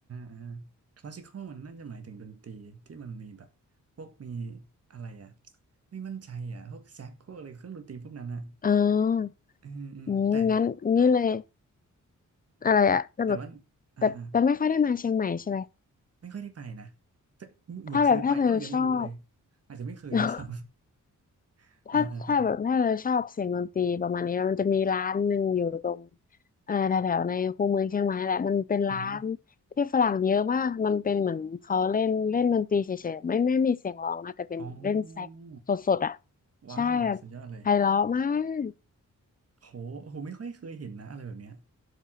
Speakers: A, on the right (about 50°); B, on the left (about 30°).
A: อ่าคลาสสิคอลมันน่าจะหมายถึงดนตรีที่มันมีแบบพวกมีอะไรอ่ะไม่มั่นใจอ่ะพวกแซกพวกอะไรเครื่องดนตรีพวกนั้นอ่ะ
B: เออ
A: อืมอืมแต่
B: อืมงั้นงี้เลย อะไรอะแต่แบบ
A: แต่ว่าอ่าอ่า
B: แต่แต่ไม่ค่อยได้มาเชียงใหม่ใช่ไหม
A: ไม่ค่อยได้ไปนะแต่เหมือนเคยไปเปล่ายังไม่รู้เลย
B: ถ้าแบบถ้าเธอชอบ
A: อาจจะไม่เคยด้วยซ้
B: <laughs>
A: ำ
B: ถ้าถ้าแบบถ้าเธอชอบเสียงดนตรีประมาณนี้มันจะมีร้านหนึ่งอยู่ตรง
A: <laughs> อ่าอ่าอ่า
B: เอ่อแถวๆในคูเมืองเชียงใหม่นั่นแหละมันเป็นร้าน
A: อือฮึ
B: ที่ฝรั่งเยอะมากมันเป็นเหมือนเขาเล่นเล่นดนตรีเฉยๆไม่ไม่มีเสียงร้องนะแต่เป็นเล่นแซกสดๆอ่ะ
A: อ๋อว้าวสุดยอดเลย
B: ใช่แบบไพเราะมาก
A: โหโหไม่ค่อยเคยเห็นนะอะไรแบบเนี้ย